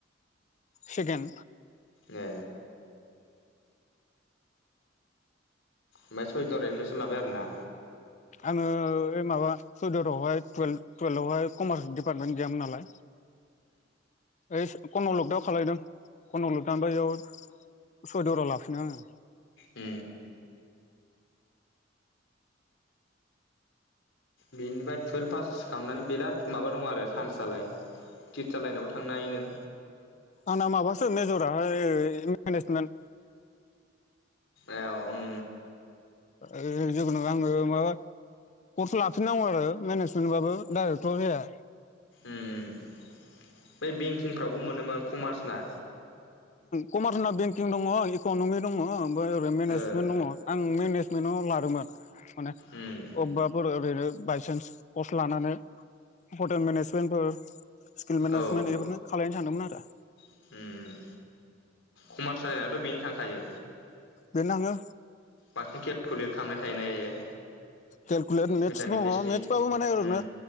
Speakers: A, on the left; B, on the left.
A: सेखेन
B: ए ओमफ्राय सयदुवार एडमिसन लाबाय आरोना
A: आङो ओइ माबा सयदुवहाय टुवेल्थ टुवेल्थआवहाय कमार्स डिपार्टमेन्ट गैयामोन नालाय ओइ कन' लकडाउन खालायदों कन' लकडाउनफ्राय बेयाव सयदुराव लाफिनो आङो
B: ओ बेनिफ्राय टुवेल्भ पास खालामनानै बिराद माबा दं आरो सान्सालाय टिचार लाइनावबो थांनो हायो नों
A: आंना माबासो मेजराहाय मेनेजमेन्ट
B: ए ओं
A: ओ जेबों नङा आङो माबा कर्स लाफिननांगौ आरो मेनेजमेन्ट बाबो डाइरेक्टथ' जाया
B: उम बै बेंकिंफ्रावबो मोनोमोन कमार्स ना
A: कमार्सना बेंकिं दङ इकनमि दङ ओमफ्राय ओरै मेनेजमेन्ट
B: ओ
A: दङ आं मेनेजमेन्टाव लादोंमोन माने
B: उम
A: अबेबाफोर ओरैनो बायसान्स कर्स लानानै हटेल मेनेजमेन्टफोर स्किल मेनेजमेन्ट
B: औ
A: बेफोरनो खालायनो सानदोंमोन आरो
B: उम कमार्स लायिनाथ' बेनो थांखायो
A: बेनो थांङो
B: बांसिन केलकुलेट खालामनाय थायो इयो
A: केेलकुलेट मेथ्स
B: मेथामेटिक्सनि
A: दङ मेथ्स बाबो माने ओरैनो
B: उम